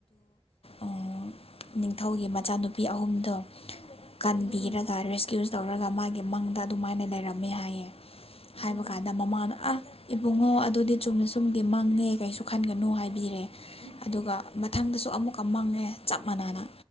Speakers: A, on the left; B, on the right.
A: ꯑꯣ ꯅꯤꯡꯊꯧꯒꯤ ꯃꯆꯥꯅꯨꯄꯤ ꯑꯍꯨꯝꯗꯣ ꯀꯟꯕꯤꯔꯒ
B: ꯎꯝ ꯎꯝ
A: ꯔꯦꯁꯀ꯭ꯌꯨ ꯇꯧꯔꯒ ꯃꯥꯒꯤ ꯃꯪꯗ ꯑꯗꯨꯃꯥꯏꯅ ꯂꯩꯔꯝꯃꯦ ꯍꯥꯏꯌꯦ
B: ꯎꯝ
A: ꯍꯥꯏꯕ
B: ꯎꯝ ꯎꯝ ꯎꯝ
A: ꯀꯥꯟꯗ ꯃꯃꯥꯅ ꯑꯥ ꯏꯕꯨꯡꯉꯣ ꯑꯗꯨꯗꯤ ꯆꯨꯝꯅ ꯆꯨꯝꯗꯤ ꯃꯪꯉ ꯀꯩꯁꯨꯨꯝ ꯈꯟꯒꯅꯨ ꯍꯥꯏꯕꯤꯔꯦ
B: ꯍꯣꯏ ꯎꯝ
A: ꯑꯗꯨꯒ ꯃꯊꯪꯗꯁꯨ ꯑꯃꯨꯛꯀ ꯃꯪꯉꯦ ꯆꯞ ꯃꯅꯥꯅ